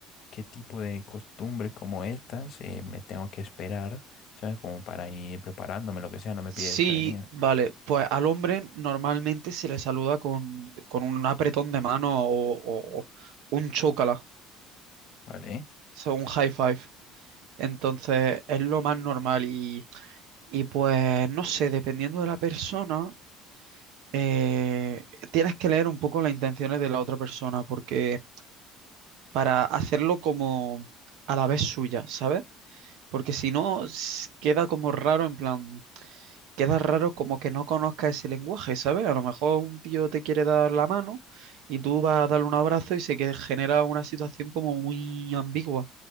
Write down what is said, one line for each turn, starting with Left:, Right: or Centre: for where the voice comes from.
Left: qué tipo de costumbres como estas eh, me tengo que esperar, ¿sabes? Como para ir preparándome, lo que sea, no me
Right: Sí,
Left: pides prevenir,
Right: vale, pues al hombre normalmente se le saluda con, con un apretón de mano o, o un chócala, o
Left: ¿vale?
Right: sea, un high five. Entonces es lo más normal y, y pues no sé, dependiendo de la persona, eh, tienes que leer un poco las intenciones de la otra persona porque para hacerlo como a la vez suya, ¿sabes? Porque si no, s- queda como raro, en plan, queda raro como que no conozca ese lenguaje, ¿sabes? A lo mejor un tío te quiere dar la mano y tú vas a darle un abrazo y se que genera una situación como muy ambigua.